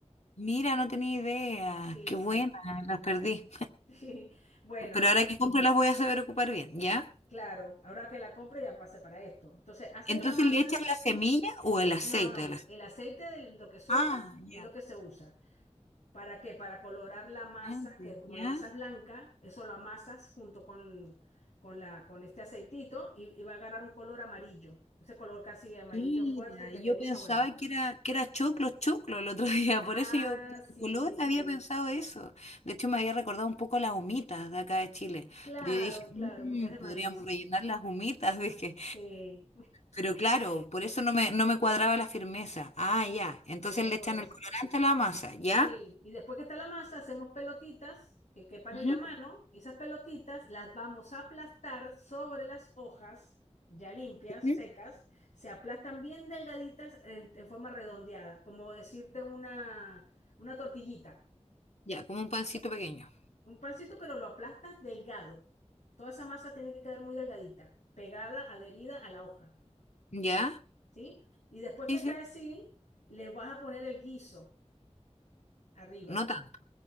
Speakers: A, on the left (about 70°); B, on the left (about 90°).
A: Mira, no tenía idea.
B: Sí,
A: Qué
B: sí.
A: buena,
B: <laughs>
A: las perdí.
B: Sí. Bueno,
A: Pero ahora que compre las voy a saber ocupar bien, ¿ya?
B: claro, ahora que la compre ya pase para esto. Entonces, haces
A: Entonces
B: la masa.
A: le echan la semilla o el aceite
B: No, no,
A: de la semilla.
B: el aceite, de lo que suelta,
A: Ah,
B: es
A: ya.
B: lo que se usa. ¿Para qué? Para colorar la masa,
A: Antes,
B: que como
A: ¿ya?
B: la masa es blanca, eso lo amasas junto con, con, la, con este aceitito y, y va a agarrar un color amarillo. Ese color casi amarillo
A: Mira,
B: fuerte que
A: yo
B: tenía,
A: pensaba
B: bueno.
A: que era, que era choclo, choclo el otro <laughs> día.
B: Ah,
A: Por eso yo, por
B: sí,
A: el color,
B: sí, sí.
A: había pensado eso. De hecho, me había recordado un poco las humitas de acá de Chile.
B: Claro,
A: Pero yo dije,
B: claro,
A: "Mm,
B: porque es de
A: podríamos
B: maíz.
A: rellenar las humitas, <laughs> dije.
B: Sí,
A: Pero claro, por eso no me, no me cuadraba la firmeza. Ah, ya. Entonces
B: era
A: le
B: por
A: echan
B: eso.
A: el colorante a la masa, ¿ya?
B: Sí, y después que está la masa, hacemos pelotitas que quepan
A: Ujú.
B: en la mano y esas pelotitas las vamos a aplastar sobre las hojas ya limpias,
A: Ujú.
B: secas. Se aplastan bien delgaditas en, en forma redondeada, como decirte una, una tortillita,
A: Ya, como un pancito pequeño.
B: un pancito, pero lo aplastas delgado. Toda esa masa tiene que quedar muy delgadita, pegada, adherida a la hoja.
A: ¿Ya?
B: ¿sí? Y después
A: Sí,
B: que está
A: sí.
B: así, le vas a poner el guiso arriba.
A: No tanto.